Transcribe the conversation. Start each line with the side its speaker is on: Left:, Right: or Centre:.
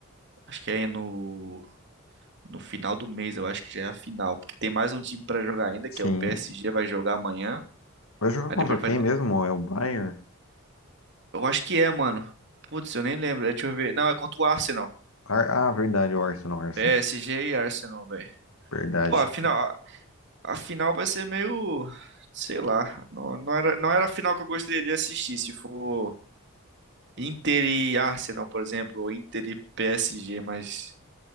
Right: acho que é no No final do mês, eu acho que já é a final, porque tem mais um time pra jogar ainda,
Left: sim.
Right: que é o PSG, vai jogar amanhã.
Left: Vai jogar
Right: Aí
Left: contra
Right: depois
Left: quem
Right: vai.
Left: mesmo? É o Bayern?
Right: Eu acho que é, mano. Putz, eu nem lembro. Deixa eu ver. Não, é contra o Arsenal.
Left: Ar- Ah, verdade, o Arsenal, Arsenal.
Right: PSG e Arsenal, velho.
Left: Verdade.
Right: Pô, a final, a a final vai ser meio. Sei lá. Não, não era, não era a final que eu gostaria de assistir. Se for Inter e Arsenal, por exemplo, ou Inter e PSG, mas